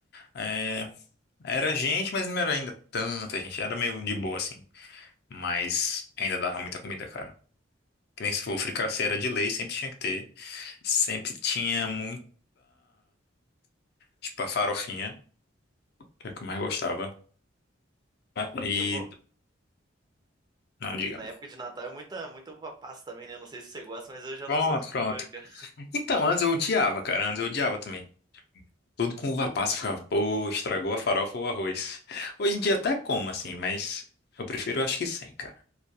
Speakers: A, on the left; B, on the right.
A: é, Era gente, mas não era ainda tanta gente. Era meio de boa, assim. Mas ainda dava muita comida, cara. Que nem se for fricassê era de lei, sempre tinha que ter. Sempre tinha muita. Tipo, a farofinha, que é o que eu mais gostava. Ah, E.
B: Então, fo-
A: Não, diga.
B: na época de Natal é muita, muita uva passa também, né? Não sei se você gosta, mas eu já
A: Pronto,
B: não sou muito
A: pronto.
B: fã, cara.
A: Então, antes eu odiava, cara. Antes eu odiava também. Tudo com uva passa, eu ficava, pô, estragou a farofa ou o arroz. Hoje em dia até como, assim, mas eu prefiro, acho que sem, cara.